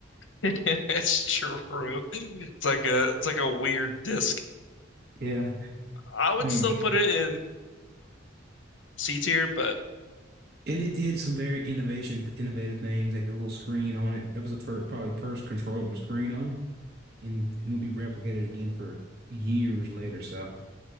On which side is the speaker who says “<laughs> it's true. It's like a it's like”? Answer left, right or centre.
Left